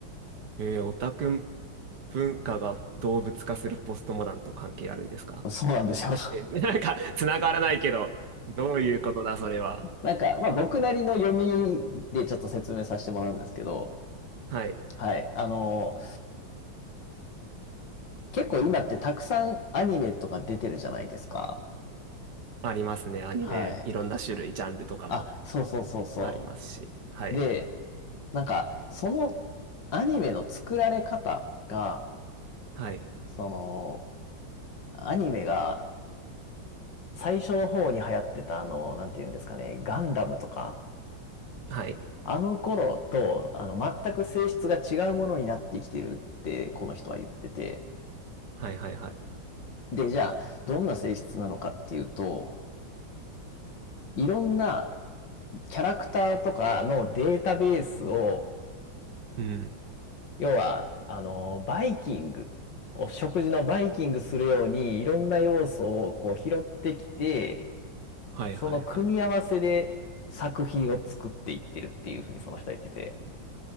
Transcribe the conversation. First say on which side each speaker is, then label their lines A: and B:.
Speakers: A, on the right; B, on the left.
A: えー、オタク文化が動物化するポストモダンと関係あるんですか
B: そうなんですよ。<laughs>
A: え、なんか、つながらないけど、どういうことだ、それは。
B: なんか、まあ僕なりの読み
A: うん
B: でちょっと説明させてもらうんですけど、
A: はい。
B: はい。あの、結構今ってたくさんアニメとか出てるじゃないですか。
A: ありますね。アニメ、
B: はい。
A: いろんな種類、ジャンルとかも
B: あ、そうそうそうそ
A: ありますし。はい。
B: う。で、なんか、そのアニメの作られ方が、
A: はい。
B: その、アニメが最初の方に流行ってたあの、なんて言うんですかね、ガンダムとか、
A: はい。
B: あの頃と、あの、全く性質が違うものになってきてるって、この人は言ってて。
A: はい、はい、はい。
B: で、じゃあ、どんな性質なのかっていうと、いろんなキャラクターとかのデータベースを、
A: うん。
B: 要は、あの、バイキング、お食事のバイキングするように、いろんな要素をこう拾ってきて、
A: はい、
B: その組み合わせで作品を作っていってるっていうふうにその人は言ってて、
A: はい、はい。